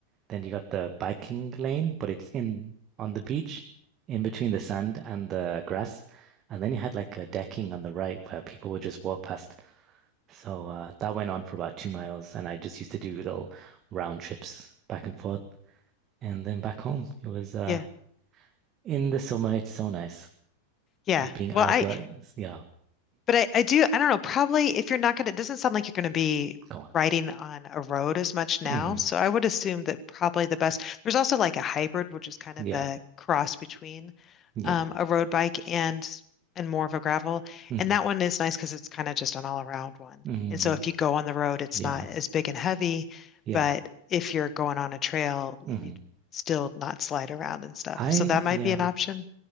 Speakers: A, on the right; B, on the left.
A: Then you got the biking lane, but it's in on the beach, in between the sand and the grass. And then you had like a decking on the right where people would just walk past. So uh, that went on for about two miles, and I just used to do little round trips back and forth, and then back home. It was uh,
B: Yeah.
A: in the summer. It's so nice
B: Yeah.
A: being
B: Well,
A: outdoors.
B: I,
A: Yeah,
B: But I, I do, I don't know, probably if you're not going to, it doesn't sound like you're going to be
A: go on.
B: riding on a road as much now.
A: hmm
B: So I would assume that probably the best, there's also like a hybrid, which is kind of
A: Yeah,
B: a cross between
A: yeah.
B: um, a road bike and and more of a gravel.
A: hmm
B: And that one is nice because it's kind of just an all around one.
A: hmm
B: And so if you go on the road, it's
A: Yeah,
B: not as big and heavy,
A: yeah.
B: but if you're going on a trail, you
A: hmm
B: still not slide around and stuff.
A: I
B: So that might
A: yeah.
B: be an option.